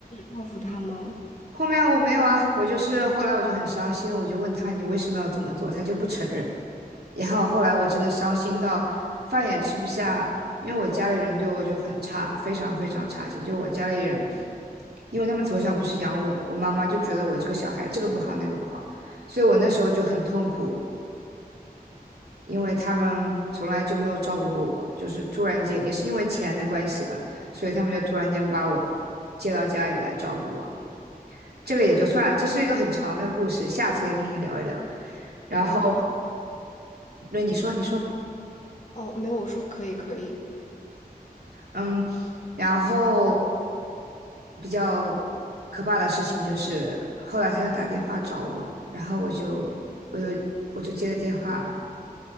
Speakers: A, on the left (about 50°); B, on the right (about 80°).
A: 报复他吗？
B: 后面我没有啊，我就是后来我就很伤心，我就问他你为什么要这么做，他就不承认。然后后来我真的伤心到饭也吃不下，因为我家里人对我就很差，非常非常差劲。就我家里人，因为他们从小不是养我的，我妈妈就觉得我这个小孩这个不好那个不好，所以我那时候就很痛苦，因为他们从来就没有照顾过我，就是突然间也是因为钱的关系了，所以他们就突然间把我接到家里来照顾我。这个也就算了，这是一个很长的故事，下次可以跟你聊一聊。然后，
A: 可以，哼
B: 那你说，你说。
A: 哦，没有，我说可以，可以。
B: 嗯，然后比较可怕的事情就是，后来他就打电话找我，然后我就我就我就接了电话，